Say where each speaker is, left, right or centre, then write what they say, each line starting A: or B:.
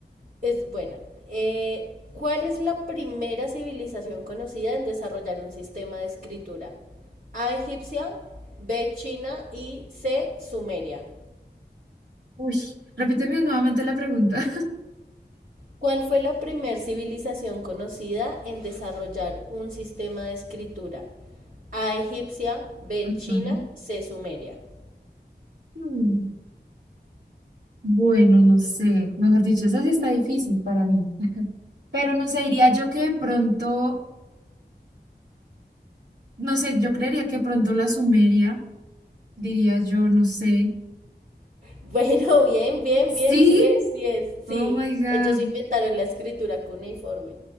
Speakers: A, on the right; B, on the right.
A: es buena. Eh, ¿cuál es la primera civilización conocida en desarrollar un sistema de escritura? A egipcia, B china y C sumeria.
B: Uy, repíteme nuevamente la pregunta.
A: ¿Cuál fue la primer civilización conocida en desarrollar un sistema de escritura? A egipcia, B
B: <laughs>
A: china,
B: Ujú.
A: C sumeria. <laughs>
B: Mm. Bueno, no sé, mejor dicho, esa sí está difícil para mí, pero no sé, diría yo que de pronto, no sé, yo creería que de pronto la Sumeria, diría yo, no sé.
A: Bueno, bien, bien,
B: Sí,
A: bien, sí es, sí es, sí.
B: oh my God,
A: Ellos inventaron la escritura cuneiforme.